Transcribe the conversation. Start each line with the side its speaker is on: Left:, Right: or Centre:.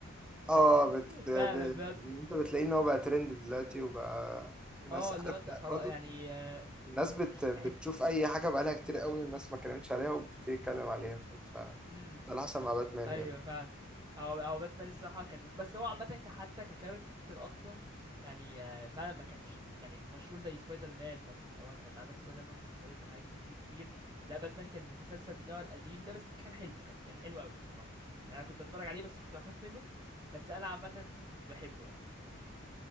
Centre: اه
Right: <laughs>
Centre: بت... ب...
Right: فعلا بجد
Centre: انت بتلاقيه ان هو بقى ترند دلوقتي وبقى الناس
Right: اه
Centre: عارف
Right: اللي هو انت خلاص
Centre: برضه
Right: يعني آه،
Centre: الناس بت... بتشوف
Right: تحس
Centre: اي حاجه بقالها كتير قوي الناس ما اتكلمتش عليها وبتبتدي تتكلم عليها ف... ف... ده
Right: مم.
Centre: اللي حصل مع باتمان
Right: ايوه
Centre: يعني
Right: فعلا هو هو باتمان الصراحه كان بس هو عامه ك- حتى ككاركتر اصلا يعني آه، فعلا ما كانش يعني مشهور زي سبايدر مان مثلا اللي هو انت أنت عندك سبايدر مان مسلسلات وحاجات كت- ليه كتير لا باتمان كان المسلسل بتاعه القديم ده بس كان حلو كان كان حلو قوي الصراحه يعني انا كنت اتفرج عليه بس كنت بخاف منه بس انا عامه كنت بحبه يعني